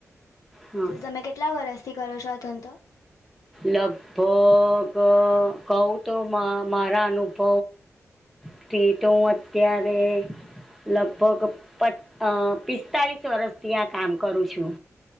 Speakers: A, in the centre; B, on the left.
A: હં
B: તો તમે કેટલા વરષથી કરો છો આ ધંધો
A: લગભગ કઉ તો મારા અનુભવ. ટી તો હું અત્યારે લગભગ પ પિસ્તાલિસ વર્ષથી આ કામ કરું છું